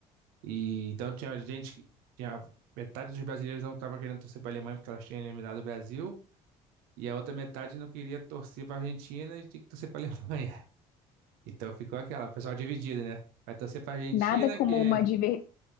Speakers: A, on the right; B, on the left.
A: E então tinha gente que tinha metade dos brasileiros não estava querendo torcer para a Alemanha porque elas tinham eliminado o Brasil, e a outra metade não queria torcer para a Argentina e tinha que torcer para a Alemanha. <laughs> Então ficou aquela, o pessoal dividido, né? Vai torcer para a Argentina
B: Nada como
A: que
B: uma diver,